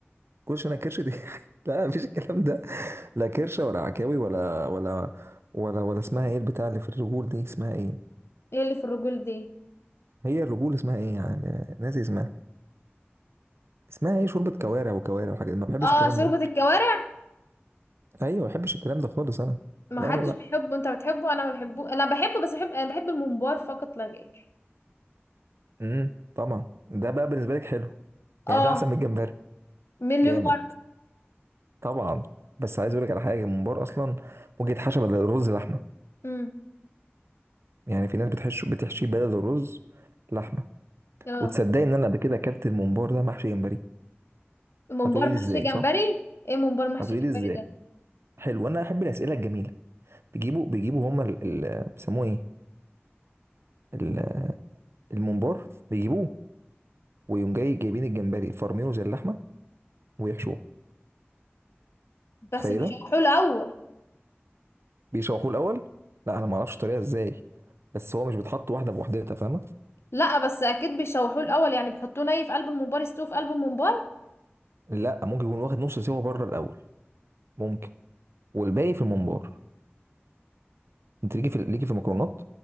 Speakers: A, on the right; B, on the left.
A: كرش انا كرش دي <laughs> لا مفيش الكلام ده لا كرشه ولا عكاوي ولا ولا ولا ولا اسمها ايه البتاع اللي في الرجول دي اسمها ايه
B: ايه اللي في الرجول دي
A: هي الرجول اسمها ايه يعني ناسي اسمها اسمها ايه شوربه كوارع وكوارع وحاجات ما بحبش
B: اه
A: الكلام
B: شوربه
A: ده
B: الكوارع
A: ايوه ما بحبش الكلام ده خالص انا
B: ما
A: لا
B: حدش
A: لا لا
B: بيحبه انت بتحبه انا ما بحبه انا بحبه بس بحب انا بحب الممبار فقط لا غير
A: امم طبعا ده بقى بالنسبه لك حلو
B: اه
A: يعني ده احسن من الجمبري
B: مليون
A: جامد
B: مرة
A: طبعا بس عايز اقول لك على حاجه الممبار اصلا ممكن يتحشى بدل الرز لحمه
B: امم
A: يعني في ناس بتحش بتحشيه بدل الرز لحمه
B: اه
A: وتصدقي ان انا قبل كده اكلت الممبار ده محشي جمبري
B: ممبار
A: هتقولي
B: محشي
A: ازاي
B: جمبري
A: صح
B: ايه ممبار محشي
A: هتقولي
B: جمبري
A: ازاي
B: ده
A: حلو انا احب الاسئله الجميله بيجيبوا بيجيبوا هما ال- ال- بيسموه ايه ال- الممبار بيجيبوه ويقوم جاي جايبين الجمبري فرمينه زي اللحمه ويحشوه
B: بس
A: تخيله
B: بيشوحوه الاول
A: بيشوحوه الاول لا انا ما اعرفش الطريقه ازاي بس هو مش بيتحط واحده بوحدتها فاهمه
B: لا بس اكيد بيشوحوه الاول يعني بيحطوه ني في قلب الممبار يستوه في قلب الممبار
A: لا ممكن يكون واخد نص سوا بره الاول ممكن والباقي في الممبار انت ليكي في ليكي في المكرونات